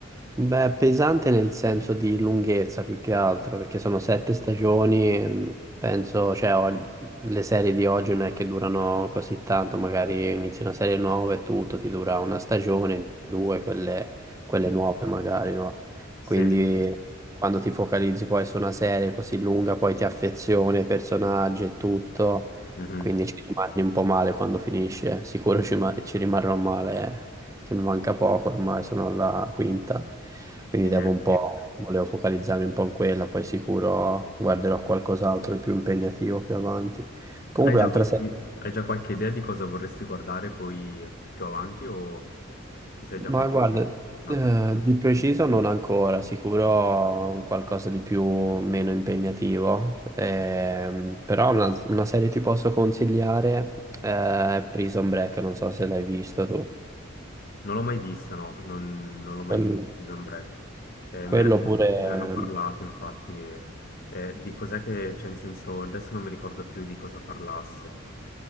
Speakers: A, on the right (about 15°); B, on the left (about 45°).
A: Beh, pesante nel senso di lunghezza più che altro, perché sono sette stagioni, e, mh, penso, cioè, og- le serie di oggi non è che durano così tanto, magari inizi una serie nuova e tutto, ti dura una stagione, due, quelle, quelle nuove magari, no?
B: Sì,
A: Quindi
B: sì.
A: quando ti focalizzi poi su una serie così lunga, poi ti affezioni ai personaggi e tutto,
B: Mhm.
A: quindi ci rimani un po' male quando finisce, sicuro ci, ma- ci rimarrò male, eh che mi manca poco, ormai sono alla quinta, quindi
B: Eh,
A: devo un po',
B: sì.
A: volevo focalizzarmi un po' in quella, poi sicuro guarderò qualcos'altro di più impegnativo più avanti. Comunque,
B: Hai già
A: altra
B: qualche,
A: serie,
B: hai già qualche idea di cosa vorresti guardare poi più avanti o ti sei già
A: ma
B: fatto
A: guarda,
B: una
A: eh,
B: qualche idea?
A: di preciso non ancora, sicuro un qualcosa di più meno impegnativo, ehm, però una, una serie ti posso consigliare, eh, è Prison Break, non so se l'hai visto tu.
B: Non l'ho mai vista, no, non, non l'ho mai
A: Quello,
B: vista Prison Break. Eh,
A: quello
B: me ne hanno,
A: pure
B: me ne hanno parlato infatti, eh, eh, di cos'è che c'è in senso, adesso non mi ricordo più di cosa parlasse.